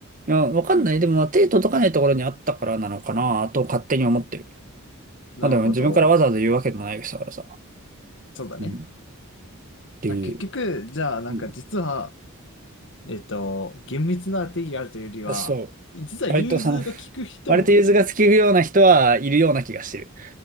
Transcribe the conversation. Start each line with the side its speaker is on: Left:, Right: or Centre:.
Right: いや、わかんない。でも、まあ手届かないところにあったからなのかなと勝手に思ってる。
Left: なるほど。
Right: まあでも、自分からわざわざ言うわけでもない人だからさ。
Left: そうだね。
Right: うん。っていう。
Left: あ結局、じゃあ、なんか実は、
Right: うん。
Left: えっと、厳密な定義があるというよりは、
Right: そう。
Left: 実は融通が利く人もいる。
Right: 割とその、割と融通が利くような人はいるような気がしてる。